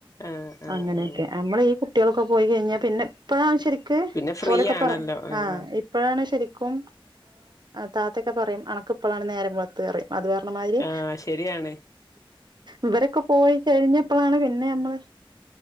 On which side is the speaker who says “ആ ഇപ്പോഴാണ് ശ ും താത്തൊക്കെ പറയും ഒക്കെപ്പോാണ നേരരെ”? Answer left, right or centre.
Right